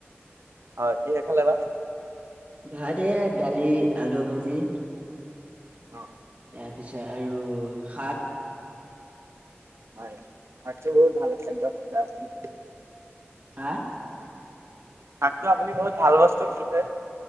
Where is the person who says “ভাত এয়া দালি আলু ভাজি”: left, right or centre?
Right